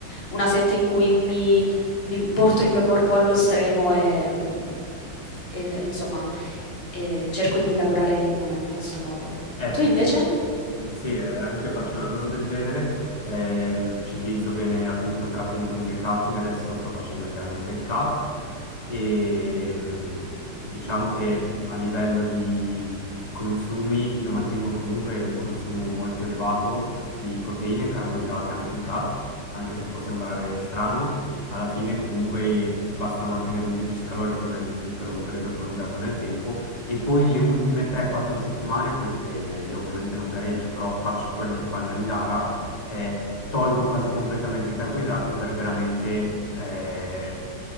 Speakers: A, on the left; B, on the left.
A: una set in cui mi, mi porto il mio corpo allo stremo e, mm, e il- insomma, e cerco di lavorare in in questo modo.
B: Eh,
A: Tu
B: si
A: invece?
B: vede che sì, eh, anch'io faccio una cosa del genere. ehm, ciclizzo bene appunto tra bulking e cutting. Adesso sto facendo chiaramente il cut. E mm, diciamo che a livello di consumi, io mantengo comunque un consumo molto elevato di proteine e carboidrati anche in cut, anche se può sembrare strano. Alla fine, comunque, basta mantenere un deficit calorico nel- per un periodo prolungato nel tempo e poi le ultime 3-4 settimane, poi dipende, io ovviamente non gareggio, però faccio quello che fanno in gara, eh, tolgo quasi completamente i carboidrati per veramente eh,